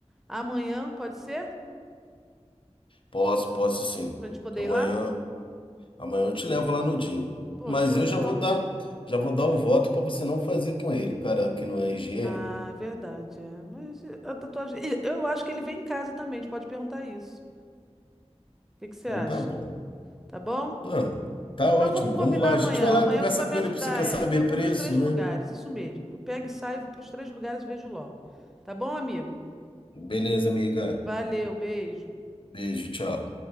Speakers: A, in the centre; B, on the left (about 50°).
A: Amanhã, pode ser?
B: Posso, posso sim.
A: Pra gente poder
B: Amanhã,
A: ir lá?
B: amanhã eu te levo lá no Dinho.
A: Pô,
B: Mas
A: show
B: eu
A: de
B: já
A: bola.
B: vou dar, já vou dar o voto para você não fazer com ele, cara, que não é higiênico.
A: Ah, é verdade. é. Mas eh, a tatuagem. e Eu acho que ele vem em casa também. A gente pode perguntar isso. O que que você
B: Então
A: acha?
B: tá bom.
A: Tá bom?
B: Não, tá
A: Então
B: ótimo.
A: vamos combinar
B: Vamos lá.
A: amanhã.
B: A gente vai lá,
A: Amanhã
B: conversa
A: você vai
B: com
A: me ajudar,
B: ele, porque você quer
A: é.
B: saber
A: Que aí eu vou
B: preço,
A: nos três
B: né?
A: lugares. Isso mesmo. Eu pego e saio, vou para os três lugares e vejo logo. Tá bom, amigo?
B: Beleza, amiga.
A: Valeu, beijo.
B: Beijo, tchau.